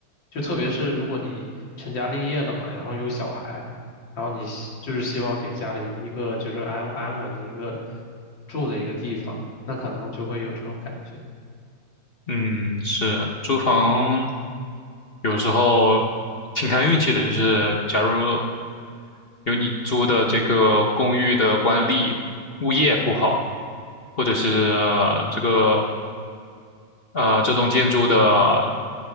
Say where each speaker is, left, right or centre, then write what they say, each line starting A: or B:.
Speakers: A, on the left; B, on the left.
A: 就特别是如果你成家立业了嘛，然后有小孩，然后你希就是希望给家里一个就是安安稳的一个住的一个地方，那可能就会有这种感觉。
B: 嗯，是租房有时候挺看运气的，就是假如有你租的这个公寓的管理物业不好，或者是呃这个呃这栋建筑的